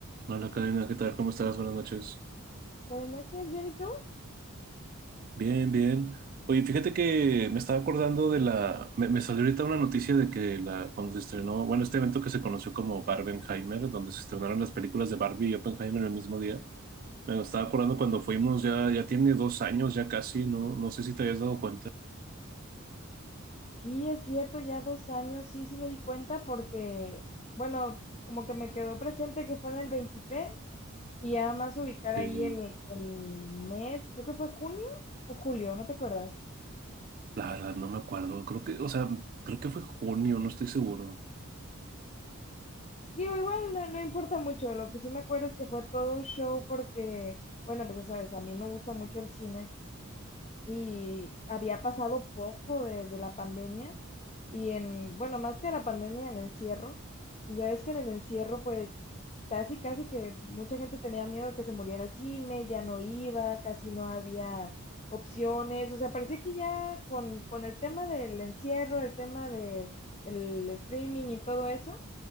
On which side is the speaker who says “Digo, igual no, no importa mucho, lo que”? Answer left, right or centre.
Left